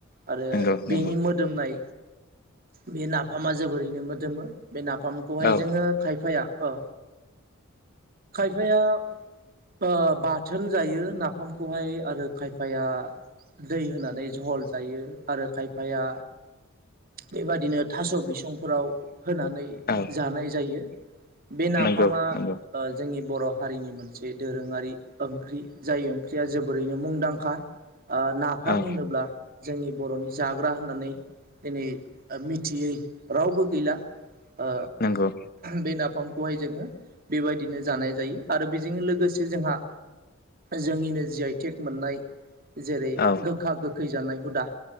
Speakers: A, on the right; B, on the left.
A: आरो
B: नंगौ नंगौ
A: बेनि मोदोमनाय बे नाफामा जोबोरैनो मोदोमो बे नाफामखौहाय
B: औ
A: जोङो खायफाया ओ खायफाया ओ बाथोन जायो नाफाम खौहाय आरो खायफाया दै होनानै जहल जायो आरो खायफाया बेबादिनो थास' बिसंफोराव होनानै
B: औ
A: जानाय जायो बे नाफामा
B: नंगौ नंगौ
A: ओ जोंनि बर' हारिनि मोनसे दोरोङारि ओंख्रि जाय ओंख्रिया जोबोरैनो मुंदांखा आ नाफाम
B: औ
A: होनोब्ला जोंनि बर'नि जाग्रा होननानै दिनै मिथियै रावबो गैला ओ
B: नंगौ
A: बे नाफाम खौहाय जोङो बेबायदिनो जानाय जायो आरो बेजों लोगोसे जोंहा जोंनिनो जि आइटेक मोननाय जेरै
B: औ
A: गोखा गोखै जानाय हुदा